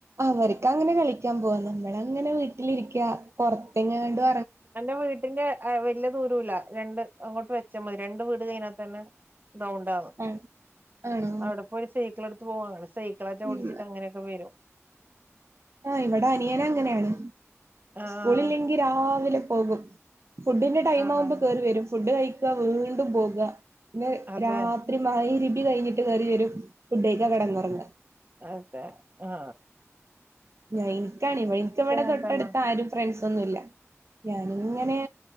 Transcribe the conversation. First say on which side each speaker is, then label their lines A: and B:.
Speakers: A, on the right; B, on the right.
A: അവര്ക്ക് അങ്ങനെ കളിക്ക്യാം പോവാലോ ഇവടെ അങ്ങനെ വീട്ടിലിരിക്യ പൊർത്തെങ്ങാണ്ടോ
B: എന്റെ വീട്ടിന്റെ വല്ല്യ ദൂരുല്ല രണ്ട് അങ്ങോട്ട് വെച്ചാ മതി രണ്ട് വീട് കഴിഞ്ഞാ തന്നെ ഗൗണ്ടാണ്
A: ആഹ് ആണോ
B: അവ്ട പോഴി ഒരു സൈക്കിള് ഇട്ത്ത് പോവാ അങ്ങനെ സൈക്കിളറ്റ ഓടിച്ചിട്ട്
A: ഉം
B: അങ്ങനെയേക്കെ വരും
A: ആ ഇവട അനിയനങ്ങനെണ്
B: ആഹ്
A: സ്കൂളില്ലെങ്കി രാവിലെ പോകും ഫുഡിന്റെ ടൈമ്
B: ആഹ്
A: ആവുമ്പോ കേറി വരും ഫുഡ് കഴിക്ക വീണ്ടും പോക പിന്നെ
B: അതെ
A: രാ ത്തിരി മഗ് രിബി കഴിഞ്ഞിട്ട് കെറി വരും ഫുഡയിക്കാ കെടന്നൊറങ്ങ
B: അതെ ആ
A: ഞാ ഇൻക്കാണ് ഇൻക്ക് ഇവടെ
B: അങ്ങനെ
A: തൊട്ടട്ത്ത
B: തന്നെ
A: ആരും ഫ്രണ്ട്സ് ഒന്നുല്ല ഞാനിങ്ങനെ